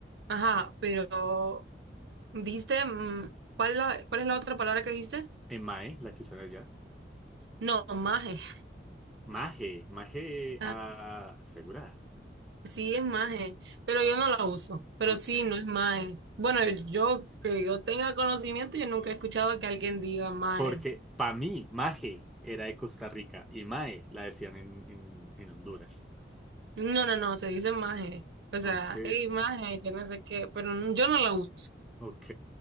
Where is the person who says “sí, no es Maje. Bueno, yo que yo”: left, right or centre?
Right